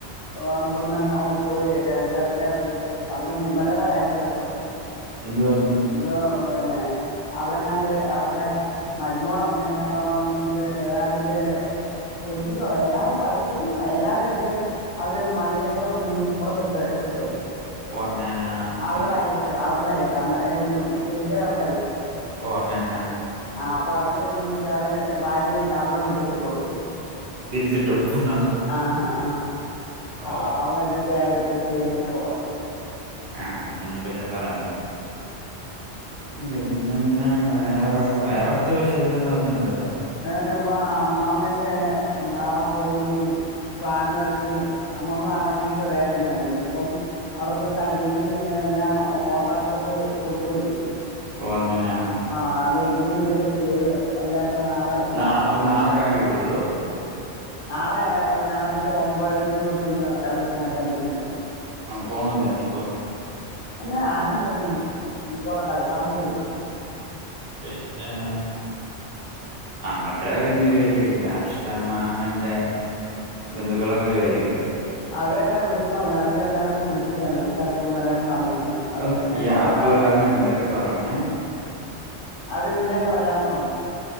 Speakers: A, on the left; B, on the right.
A: ഓ അവിടുന്ന് ഓ പോയി റെഡ് അലേർട്ടിന്റെടെ പോയി അങ്ങനെ വിമലെടെ കാര്യം അവര് പറഞ്ഞു
B: എന്ത് പറഞ്
A: ഇത് പിന്നെ അവരെങ്ങാണ്ട് അവര്ടെ മരുമോടെ അമ്മ എങ്ങാണ്ടോവിട വന്ന്ട്ട് ഏതാണ്ടന്റെ പൊതിയോ ഏതാണ്ട് പഴത്തൊലിയന്നോ ഏതാണ്ട് എടുത്ത് അവര് മതിലെപ്പുറത്ത് നിന്ന് ഇപുറത്തിട്ട് എടുത്തിട്ടന്നു
B: ഓ അങ്ങനെ ആഹ്
A: അവരുടെ അയ്യത്ത് അവരുടെ അയ്യത്ത് ടീച്ചറെ അവരുടെ അയ്യത്ത്
B: ഓ അങ്ങനാ
A: ആ അപ്പൊ അവര് എന്നുവച്ചഅത് ഭാര്യ അവിടെ മിറ്റട്ടിത്തിട്ട് കൊടുക്കുന്നു
B: തിരിച്ചിട്ട് കൊടുത്തന്നോ
A: ആ ഹ ആ
B: ഓ
A: അ അവളെ ന്തൊക്കെ എപ്പഴും ചെയ്യണ് ന്നൊക്കെ പറഞ്ഞു
B: ആഹ് നി ഒന്നിനെ പറ്റിയൊന്നും പറയണ്ട പിന്നെന്താണ് വേറെവിടെ വേറട്ത്ത വിശേഷന്നും പറിഞ്ഞില്ലല്ലേ
A: പിന്നപ്പ അമ്മാമ്മയൊക്കെ നാളെ പോയിനി പ്ലാൻ വരച്ച് അമ്മമ്മ നാളങ്ങട്ട് വരാനിരുന്ന ഇനിയിപ്പം അവിടെ പോയി കല്ലിടലും കയിഞ്ഞാ എല്ലാം കോൺട്രാക്ടർക്ക് കൊടുക്കല്ലോ
B: ഓ അങ്ങനെ ആ
A: ആഹാ അത് എഗ്രിമെന്റ് ഒക്കെ ചെയ്ത് എല്ലാർക്കും നാളെ- ഇതാക്കണം
B: നാ അപ്പോ നാളെക്കല്ലിടോ അതോ?
A: നാളെ ഞായറാഴ്ച ഒമ്പരക്കും, പത്തിനും ഇടയ്ക്കാണ് കല്ലിടില്.
B: ആഹാ പോകണ്ടേ ഇനി ഇപ്പോ?
A: അതിന് ഞാൻ പോന്നൊന്നുല്ല, നീ കൊറേ കല്ലിടാൻ പോവല്ലേ.
B: പിന്നെ... ! ആഹാ മറ്റേവാരൊക്കെ ഇനി വരുവായിരിക്കുമല്ലോ, അഷ്ടമ്മ അമ്മന്റെ ബന്ധുക്കളൊക്കെ വരുമായിരിക്കുമല്ലോ?
A: അവരെയൊക്കെ വിളിച്ചു പറഞ്ഞെ, അവർക്കെല്ലാവർക്കും ബിസിയാണ് അവർക്കാർക്കും വരാൻ, സമയമില്ല അവര്
B: ഓ
A: പിന്നെ
B: ഈ
A: പോരാന്നു
B: ആപ്പ് കാരണം
A: പറഞ്ഞു.
B: എന്തൊക്കെ പറയണേ
A: അവര് പിന്നൊക്കെ വരാന്ന് പറഞ്ഞു.